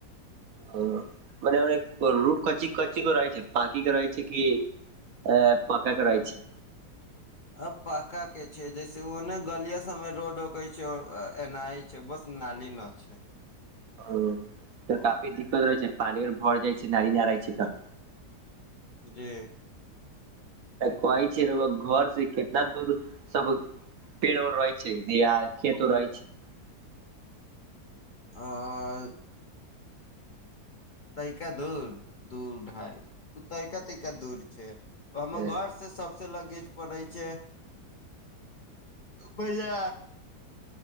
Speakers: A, on the right; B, on the left.
A: ह मने रूट की कची क रहै छै पकी कर रहै छै कि। अ पका रहेछ छै।
B: ह <inaudible> अ पाका के छै जैसे ओने गलिया सब में रोडक छै एना छै बस नाली न छ
A: ओ तऽ काफी दिक्कत रहै छै पानि आर भर जाइ छै नारी न रहै छै त
B: जी।
A: कहै छै घर से कितना दूर सब पेड़ो रहै छै जे आ खेतो रहै छय
B: ओर <inaudible> तरका दूर-दूर छै,
A: छै
B: हम घर पर छी से सबस लगेज परै छै भैया